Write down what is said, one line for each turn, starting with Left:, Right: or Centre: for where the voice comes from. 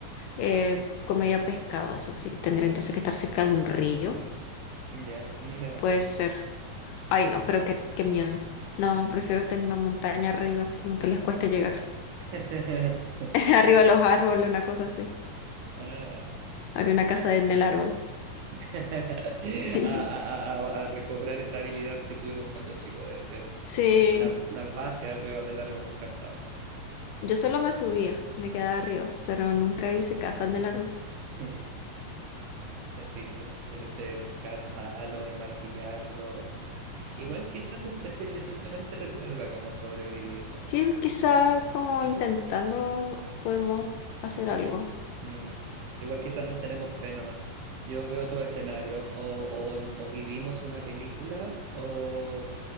Left: eh, comería pescado. Eso sí. Tendría entonces que estar cerca de un río.
Right: Ya, mira.
Left: Puede ser. Ay, no, pero qué, qué miedo. No, prefiero estar en una montaña arriba, así como que les cuesta llegar.
Right: <laughs>
Left: <laughs> Arriba de los árboles, una cosa así.
Right: Ah,
Left: Haría una casa en el árbol.
Right: <laughs> A,
Left: <laughs>
Right: a- a- a- a recobrar esa habilidad que tuvimos cuando chicos de hacer
Left: Sí.
Right: la- las bases arriba del árbol, me encantaba.
Left: Yo solo me subía, me quedaba arriba, pero nunca hice casa en el árbol.
Right: <laughs> Así dice, el de pescar palos y martillarlo. Igual quizás nuestra especie simplemente recuerda cómo sobrevivir, ¿no?
Left: Sí, quizá como intentando podemos hacer algo.
Right: Mm, Igual quizás nos tenemos fe nomás. Yo veo todo escenario. O, o- o vivimos una película o,